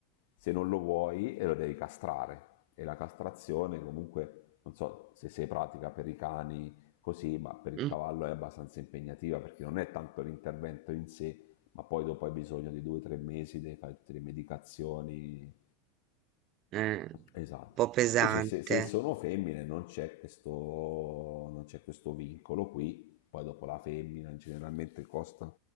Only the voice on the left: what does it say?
Se non lo vuoi, e lo devi castrare. E la castrazione comunque, non so se sei pratica per i cani così, ma per il
cavallo è abbastanza impegnativa perché non è tanto l'intervento in sé, ma poi dopo hai bisogno di due o tre mesi, devi fare tutte le medicazioni
Esatto.
Invece se, se sono femmine non c'è, questo, non c'è questo vincolo qui, poi dopo la femmina generalmente costa